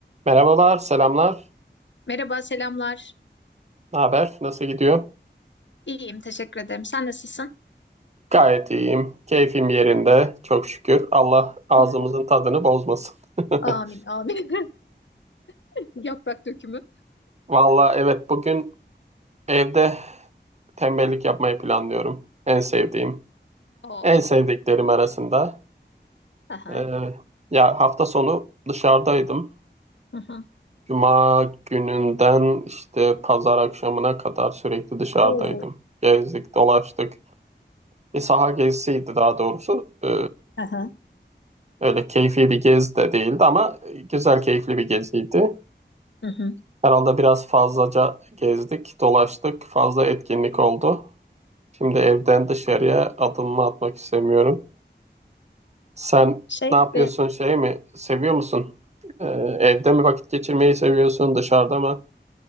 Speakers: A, on the right; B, on the left.
A: Merhabalar, selamlar.
B: Merhaba, selamlar.
A: Ne haber? Nasıl gidiyor?
B: İyiyim, teşekkür ederim. Sen nasılsın?
A: Gayet iyiyim. Keyfim yerinde. Çok şükür. Allah ağzımızın
B: Of, oh.
A: tadını bozmasın. <laughs>
B: Amin, amin. <laughs> Yaprak dökümü.
A: Valla evet bugün evde tembellik yapmayı planlıyorum. En sevdiğim.
B: Oh,
A: En
B: oh.
A: sevdiklerim arasında.
B: Aha.
A: Ee, ya hafta sonu dışarıdaydım.
B: Hı hı.
A: Cuma gününden işte pazar akşamına kadar sürekli dışarıdaydım.
B: Oo.
A: Gezdik, dolaştık. Bir saha gezisiydi daha doğrusu. Ee,
B: Aha.
A: Öyle keyfi bir gez de değildi ama güzel keyifli bir geziydi.
B: Hı hı.
A: Herhalde biraz fazlaca gezdik, dolaştık, fazla etkinlik oldu. Şimdi evden dışarıya adımımı atmak istemiyorum. Sen
B: Şey
A: ne
B: gibi
A: yapıyorsun, şey mi? Seviyor musun? Ee, evde mi vakit geçirmeyi seviyorsun, dışarıda mı?